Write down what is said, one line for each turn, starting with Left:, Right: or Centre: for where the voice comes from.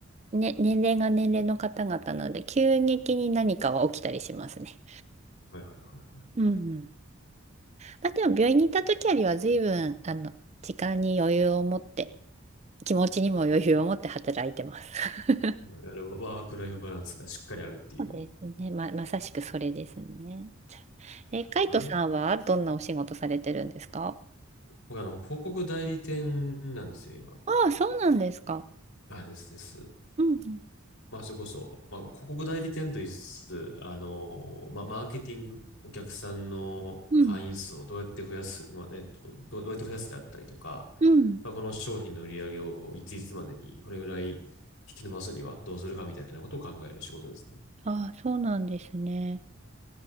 Right: ね、年齢が年齢の方々なので、急激に何かは起きたりしますね。
Left: はいはいはいはい。
Right: うんうん。まあ、でも、病院に行った時よりは、随分、あの、時間に余裕を持って、気持ちにも余裕を持って働いてます。<laughs>
Left: うんいわゆるワークライフバランスがしっかりあるっていう
Right: そうですね。ま、まさしくそれですね。え、
Left: のかな。
Right: カイトさんはどんなお仕事されてるんですか
Left: 僕あの、広告代理店なんですよ、今。
Right: ああ、そうなんですか。
Left: あ、ですです。
Right: うんうん。
Left: まあ、それこそ、まあ、広告代理店と言いつつ、あの、ま、マーケティング、お客さんの会員数をどうやって増やす、
Right: うん。
Left: まあ、えっと、どうどうやって増やすであったりとか、
Right: うん
Left: まあ、この商品の売り上げをいついつまでに、これぐらい引き伸ばすにはどうするかみたいなことを考える仕事ですね。
Right: ああ、そうなんですね。